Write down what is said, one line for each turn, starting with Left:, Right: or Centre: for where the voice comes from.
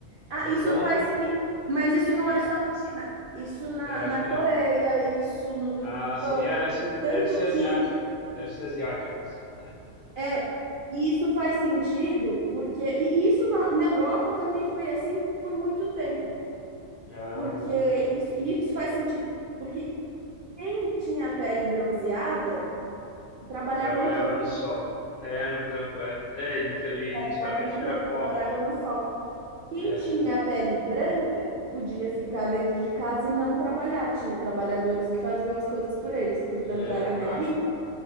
Right: Ah,
Left: Então,
Right: isso faz. e- Mas isso não
Left: é,
Right: é só na China. Isso na,
Left: é, acho
Right: na
Left: que
Right: Coreia,
Left: não.
Right: isso no Japão.
Left: Ah, sim, é, isso
Right: Tanto
Left: deve ser
Right: que
Left: asiático, deve ser asiático isso, né?
Right: é. E isso faz sentido, porque. E e isso na, na Europa também foi assim por muito tempo.
Left: Ah,
Right: Porque isso,
Left: sim.
Right: e isso faz sentido. Porque quem tinha a pele bronzeada trabalhava
Left: Trabalhava
Right: no campo,
Left: no sol. É, no campo, é. É, e liter- e
Right: trabalhava
Left: justamente
Right: no campo,
Left: era pobre,
Right: trabalhava
Left: né?
Right: no sol. Quem
Left: É,
Right: tinha a pele branca podia ficar dentro de casa e não trabalhar. Tinha trabalhadores que faziam as coisas por eles, portanto
Left: é,
Right: era,
Left: claro.
Right: era rico.